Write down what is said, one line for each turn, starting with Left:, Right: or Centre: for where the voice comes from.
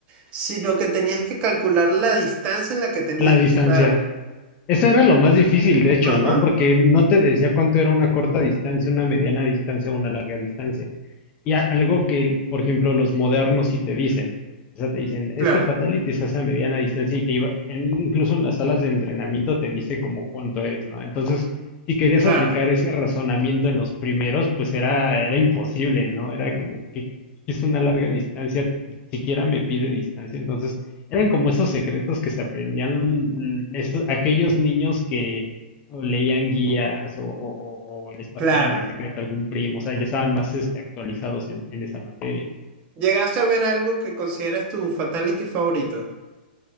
Right: sino que tenías que calcular la distancia en la que tenías
Left: La distancia.
Right: que estar.
Left: Eso era lo más difícil, de hecho,
Right: Ujú,
Left: ¿no? Porque no te decía cuánto era una corta distancia, una mediana distancia o una larga distancia. Y a- algo que, por ejemplo, los modernos sí te dicen. O sea, te dicen,
Right: Claro,
Left: este fatality se hace a mediana distancia y te iba, en- incluso en las salas de entrenamiento te dice como cuánto es, ¿no? Entonces, si querías
Right: claro,
Left: aplicar ese razonamiento en los primeros, pues era, era imposible, ¿no? Era como que es una larga distancia, siquiera me pide distancia. Entonces, eran como esos secretos que se aprendían mm, esos- aquellos niños que o leían guías o, o- o- o les pasaban
Right: claro.
Left: el secreto a algún primo, o sea, ya estaban más este, actualizados en, en esa materia.
Right: ¿Llegaste a ver algo que consideras tu fatality favorito?